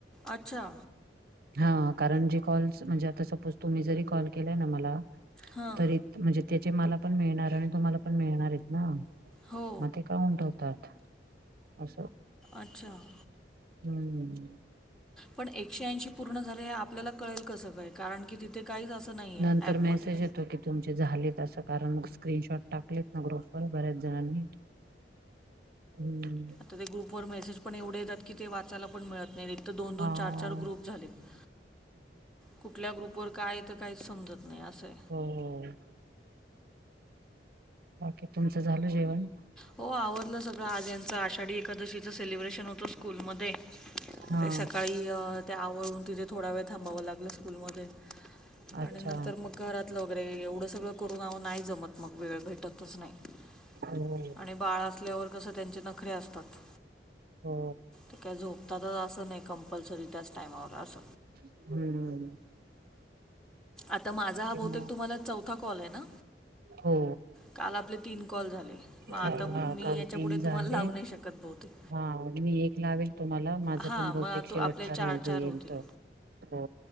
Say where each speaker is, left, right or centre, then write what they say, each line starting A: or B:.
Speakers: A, in the centre; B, on the right.
A: अच्छा!
B: हां कारण जे कॉल्स म्हणजे आता सपोज तुम्ही जरी कॉल केलायं नां मला
A: हां.
B: तरी म्हणजे त्याचे मला पण मिळणार आणि तुम्हाला पण मिळणार येतं नां
A: हो.
B: मग ते काय काउंट हो तात असो
A: अच्छा.
B: हुं
A: पण एकशे ऐंशी पूर्ण झाले हे आपल्याला कळेल कसं काय कारण की तिथे काहीच असं नाहीयें
B: नंतर
A: ऍपमध्ये.
B: मेसेज येतो की तुमचे झालेत असं कारण, मग स्क्रीनशॉट टाकलेत. ग्रुपवर बऱ्याच जणांनी हुं
A: तर ते ग्रुप वर मेसेज पण एवढे येतात की ते वाचाला पण मिळत नाही नीट. तर दोन, दोन
B: हा.
A: चार, चार ग्रुप झालेत कुठल्या ग्रुपवर काय येत काहीच समजत नाही असयं.
B: हों बाकी तुमचं झालं जेवण?
A: हो आवरलं सगळं आज याचं आषाढी एकादशीचं सेलिब्रेशन होतं स्कूलमध्ये
B: हा
A: ते सकाळी अं ते आवरुन तिथे थोडा वेळ थांबावं लागलं स्कूलमध्ये
B: अच्छा
A: आणि नंतर मग घरातलं वगैरे एवढं सगळं करून आवो नाही जमत मग वेळ भेटतच नायी.
B: हों
A: आणि बाळ असल्यावर कसं त्यांचे नखरे असतात
B: हो
A: ते काय झोपताना असं नाही, कंपल्सरी त्याच टायमावर अस.
B: हम्म. हू हू.
A: आता माझा हा बहुतेक
B: मग
A: तुम्हाला चौथा कॉल आहे ना?
B: हो.
A: काल आपले तीन कॉल झाले, मग आता
B: चालेल.
A: बऊ
B: हा
A: मी
B: काल
A: याच्या
B: तीन
A: पुुढे
B: झाले
A: तुम्हाला लावू नाही शकत बहुतेक!
B: हा मी एक लावेल तुम्हाला. माझं
A: हां
B: पण बहुतेक
A: मग तू
B: शेवटचा
A: आपले चार
B: राहील जो
A: चार
B: येईल
A: होतील
B: तो. हो